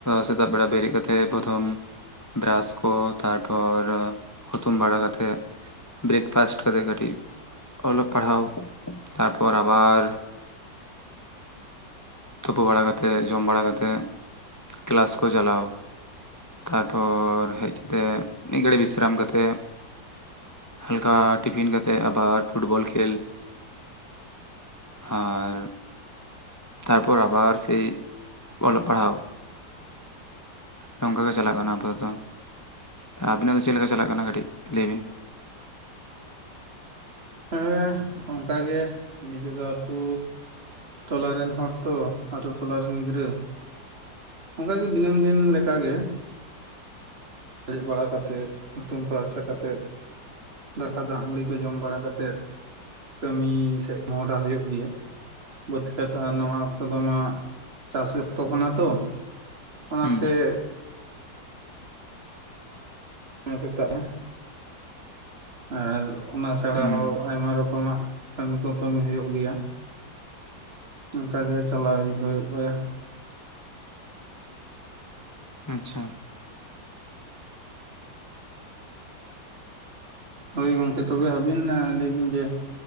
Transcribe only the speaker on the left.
ᱥᱮᱛᱟᱜ ᱵᱮᱲᱟ ᱵᱮᱨᱮᱫ ᱠᱟᱛᱮᱫ ᱯᱨᱚᱛᱷᱚᱢ ᱵᱨᱟᱥ ᱠᱚ ᱛᱟᱨᱯᱚᱨ ᱦᱩᱛᱩᱢ ᱵᱟᱲᱟ ᱠᱟᱛᱮᱜ ᱵᱨᱮᱠᱯᱷᱟᱥᱴ ᱠᱚᱛᱮᱜ ᱠᱟᱹᱴᱤᱡᱽ ᱚᱞᱚᱜ ᱯᱟᱲᱦᱟᱣ ᱛᱟᱨᱯᱚᱨ ᱟᱵᱟᱨ ᱛᱳᱯᱩ ᱵᱟᱲᱟ ᱠᱟᱛᱮᱫ ᱡᱚᱢ ᱵᱟᱲᱟ ᱠᱟᱛᱮᱫ ᱠᱞᱟᱥ ᱠᱚ ᱪᱟᱞᱟᱣ᱾ ᱛᱟᱨᱯᱚᱨ ᱦᱮᱡ ᱠᱟᱛᱮᱜ ᱢᱤᱫ ᱜᱷᱟᱹᱲᱤᱡ ᱵᱤᱥᱨᱟᱢ ᱠᱟᱛᱮᱫ ᱦᱟᱞᱠᱟ ᱴᱤᱯᱷᱤᱱ ᱠᱟᱛᱮᱫ ᱟᱵᱟᱨ ᱯᱷᱩᱴᱵᱚᱞ ᱠᱷᱮᱞ᱾ ᱟᱨ ᱛᱟᱨᱯᱚᱨ ᱟᱵᱟᱨ ᱥᱮᱭ ᱚᱞᱚᱜ ᱯᱟᱲᱦᱟᱣ᱾ ᱱᱚᱝᱠᱟ ᱜᱮ ᱪᱟᱞᱟᱜ ᱠᱟᱱᱟ ᱟᱯᱟᱛᱚᱛᱚ᱾ ᱟᱹᱵᱤᱱᱟᱜ ᱫᱚ ᱪᱮᱫ ᱞᱮᱠᱟ ᱪᱟᱞᱟᱜ ᱠᱟᱱᱟ ᱠᱟᱹᱴᱤᱡ ᱞᱟᱹᱭ ᱵᱤᱱ?
ᱦᱩᱸ
ᱦᱩᱸ
ᱟᱪᱪᱷᱟ